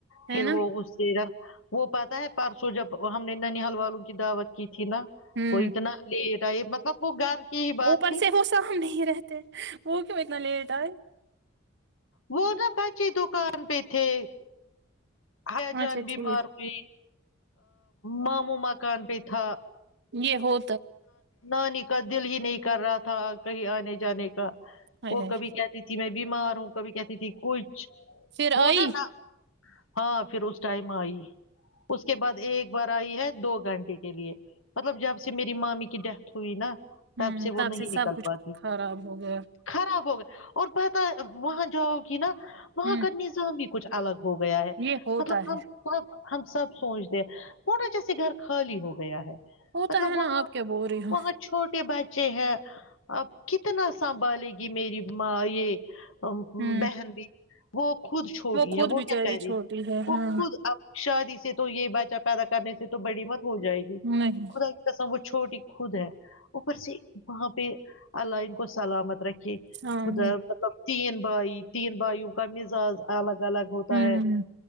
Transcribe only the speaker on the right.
ہے نا
ہوں
اوپر
سے وہ سہم نہیں رہتے وہ کیوں اتنا لیٹ آںے
اچھا
ٹھیک
یہ ہو
ہائے
ہائے
پھر
آئی
ہوں
سب کچھ
خراب ہو گیا
ہوں
یہ ہوتا
ہے
ہوتا
ہے
نا آپ کیا بول رہی ہو
ہوں
خود
بچاری
چھوٹی
ہے
ہاں
نہیں
آمین
ہوں